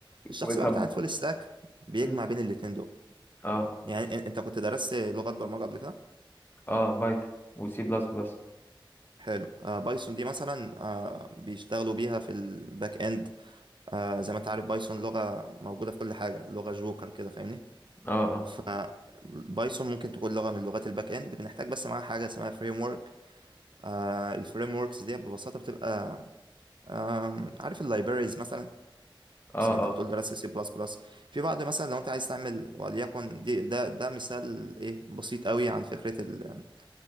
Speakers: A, on the right; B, on the left.
A: الشخص
B: وطب
A: بقى بتاع الفول ستاك بيجمع
B: مم.
A: بين الاتنين دول
B: اه
A: يعني إن- انت كنت درست لغات برمجه قبل كده
B: اه بايثون وسي بلس بلس
A: حلو آه بايثون دي مثلا آه بيشتغلوا بيها في الباك اند آه زي ما انت عارف بايثون لغه موجوده في كل حاجه لغه جوكر كده فاهمني
B: اه اه
A: فبايثون ممكن تكون لغة من لغات الباك اند بنحتاج بس معاها حاجة اسمها فريم ورك آه الفريم وركس دي ببساطة بتبقى آم، عارف اللايبريز مثلا
B: اه
A: بس انت
B: اه
A: بتقول درست سي بلس بلس في بعض مثلا لو انت عايز تعمل وليكن دي ده ده مثال ايه بسيط قوي عن فكرة ال-